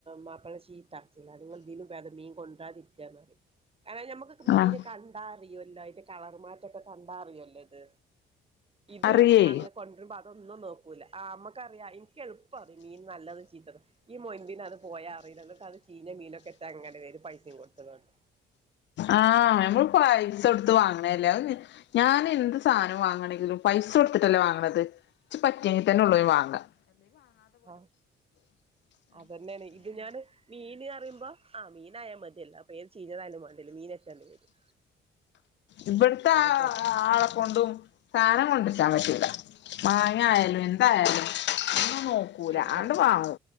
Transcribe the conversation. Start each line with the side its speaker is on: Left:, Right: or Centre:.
Right: മാപ്പളനെ ചീത്ത പറച്ചിൽ നിങ്ങൾ ദിനും വേദം മീൻ കൊണ്ടാതിരിക്കന്ന്പറിമം കാരണം നഞമ്മക്ക് മീൻ
Left: ആഹ്
Right: കണ്ടാറിയുമല്ലോ അതിന്റെ കളർമാറ്റൊക്കെ കണ്ടാ അറിയല്ലോ ഇത് ഇത്
Left: അറിയേ
Right: അങ്ങ് കൊണ്ടുവരുമ്പോ അതൊന്നും നോക്കൂല്ല അ മ്മക്കറിയാം ക്ക് എളുപ്പം അറിയും മീൻ നല്ലതും ചീത്തതും ഈ മോയന്തിന് അത് പോയ അറിയില്ല എന്നട്ട് അത് ചി ചീഞ്ഞ മീനൊക്കെ റ്റ് അങ്ങനെ വരും പൈസയും കൊടുത്തതണ്ട്
Left: ആ നമ്മള് പൈസ കോടുത്ത് വാങ്ങണല്ലേ അധ് ഞാൻ എന്ത് സാധനം വാങ്ങണമെങ്കിലും പൈസ കൊടുത്തിട്ടല്ലേ വാങ്ങണത് ഇച്ച് പറ്റിയെങ്കിൽ തന്നെ ഉള്ളൂ വാങ്ങാം
Right: അ അതന്നെയാണ് ഇത് ഞാന് മീന് പറയുമ്പോ അ മീൻ മീനആയാ മതിയല്ലഅപ്പേ ഏത് ചീനാഥയാലും മണ്ടില്ല മീനൊറ്റണ്ട് വരും
Left: ഇവിടത്തെ
Right: അങ്ങനത്തെത്
Left: ആളെ കൊണ്ടും സാധനം കൊണ്ടറിച്ചാൻ പറ്റുല്ല മാ അങ്ങ ആയാലും എന്തായാലും ഒും നോക്കൂല
Right: ഉം
Left: അണ്ട് വാങ്ങൂ